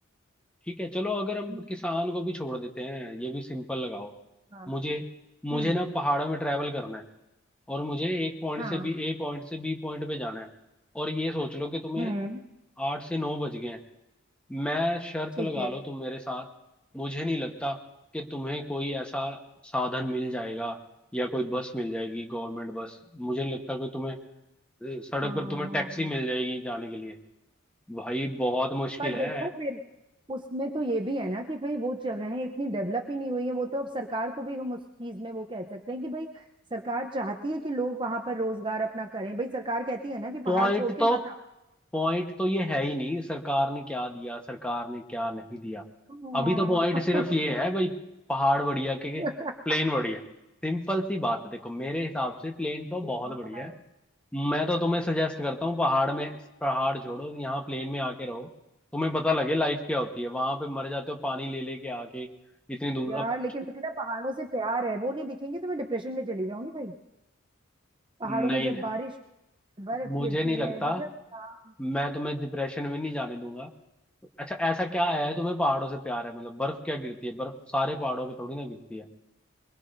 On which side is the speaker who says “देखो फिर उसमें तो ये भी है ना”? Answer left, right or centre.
Right